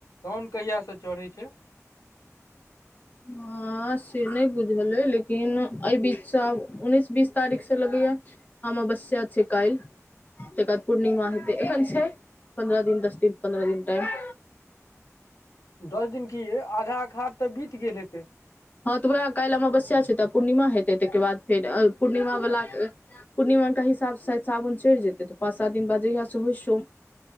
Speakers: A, on the left; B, on the left.
A: साउन कहियासँ चढ़ै छै
B: हँ से नहि बुझल अइ लेकिन एहि बीचसँ आब उनैस बीस तारीख से लगैया अमावस्या छै काल्हि तहिके बाद पूर्णिमा हेतैक एखन छैै पन्द्रह दिन दस दिन पन्द्रह दिन टाइम
A: दस दिन की यै आधा अखाड़ तऽ बीत गेल हेतै
B: हँ तऽ उएह काल्हि अमावस्या छै तऽ पूर्णिमा हेतै ताहिके बाद फेर पूर्णिमा बाला के पूर्णिमाके हिसाब सँ साबन चढ़ि जेतै तऽ पाँच सात दिन बाद जहिया सँ होइ सो